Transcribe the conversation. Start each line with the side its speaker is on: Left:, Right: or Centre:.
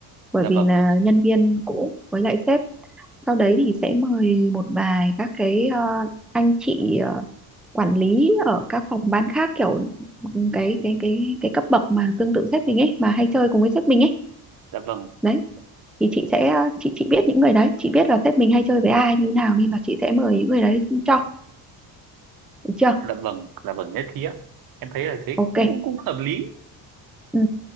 Centre: bởi
Right: dạ vâng
Centre: vì là nhân viên cũ với lại sếp sau đấy thì sẽ mời một vài các cái ờ, anh chị ờ, quản lý ở các phòng ban khác kiểu cái cái cái cái cấp bậc mà tương tự sếp mình ấy mà hay chơi cùng với sếp mình ấy
Right: dạ vâng
Centre: đấy thì chị sẽ ờ, chị chị biết những người đấy chị biết là sếp mình hay chơi với ai như nào nên là chị sẽ mời những người đấy cho được chưa
Right: dạ vâng dạ vâng nhất trí ạ em thấy là thế
Centre: ok
Right: cũng cũng, cũng hợp lý
Centre: ừ.